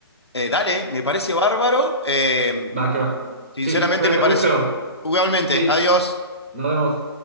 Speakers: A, on the left; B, on the right.
A: Eh, dale, me parece bárbaro. Eh,
B: Va, que va.
A: sinceramente
B: Sí, cuídate
A: me pareció.
B: mucho.
A: Igualmente,
B: Sí,
A: adiós.
B: nos vemos.